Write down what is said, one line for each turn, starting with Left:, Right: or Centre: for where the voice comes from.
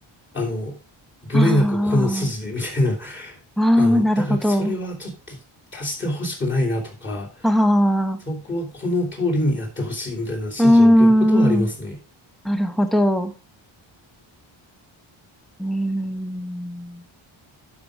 Left: あの、ブレなくこの筋でみたいな。
Centre: あ
Left: <laughs>
Centre: あ、ああ、
Left: あの、
Centre: なるほど。
Left: だからそれはちょっと足してほしくないなとか、
Centre: ああ、
Left: そこはこの通りにやってほしいみたいな指示を受けることはありますね。
Centre: うーん、なるほど。うーん、